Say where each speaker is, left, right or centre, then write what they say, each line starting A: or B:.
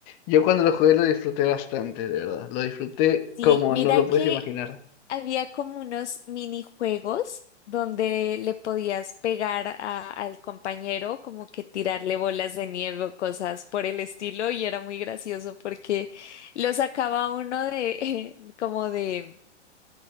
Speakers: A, on the left (about 25°); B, on the left (about 75°).
A: yo cuando lo jugué lo disfruté bastante, de verdad. Lo disfruté
B: sí,
A: como
B: mira
A: no lo
B: que
A: puedes imaginar.
B: Había como unos minijuegos donde le podías pegar a- al compañero, como que tirarle bolas de nieve o cosas por el estilo, y era muy gracioso porque lo sacaba uno de <laughs> como de